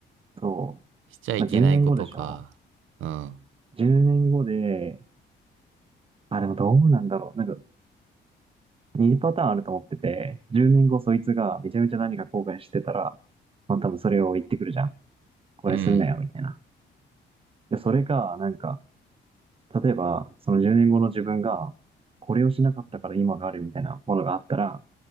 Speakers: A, on the right; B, on the right.
A: そう
B: しちゃいけないことか。
A: まあ、10年後でしょ
B: うん。
A: ?10 年後で、あ、でもどうなんだろう。なんか、2パターンあると思ってて、10年後そいつがめちゃめちゃ何か後悔してたら、まあ多分それを言ってくるじゃん。これするなよ、
B: うん。
A: みたいな。で、それが、なんか、例えば、その10年後の自分が、これをしなかったから今があるみたいなものがあったら、